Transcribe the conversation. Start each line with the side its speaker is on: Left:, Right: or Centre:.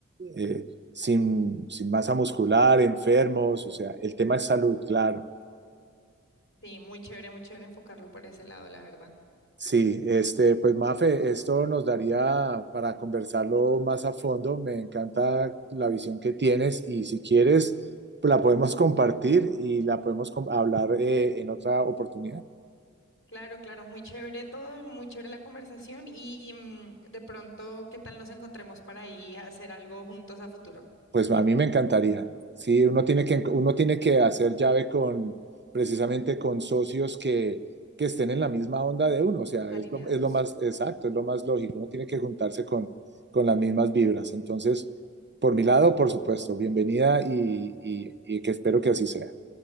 Right: Eh, sin, sin masa muscular, enfermos, o sea, el tema es salud, claro.
Left: Sí, muy chévere, muy chévere enfocarlo por ese lado, la verdad.
Right: Sí, este, pues Mafe, esto nos daría para conversarlo más a fondo. Me encanta la visión que tienes y si quieres, la podemos compartir y la podemos com- hablar eh, en otra oportunidad.
Left: Claro, claro, muy chévere todo, muy chévere la conversación y mm, de pronto, ¿qué tal nos encontremos para ir a hacer algo juntos a futuro,
Right: Pues a mí me encantaría. Sí, uno tiene que, uno tiene que hacer llave con, precisamente con socios que, que estén en la misma onda de uno. O sea,
Left: alineados?
Right: es lo, es lo más exacto,
Left: Mm.
Right: es lo más lógico. Uno tiene que juntarse con, con las mismas vibras. Entonces, por mi lado, por supuesto, bienvenida y, y, y que espero que así sea.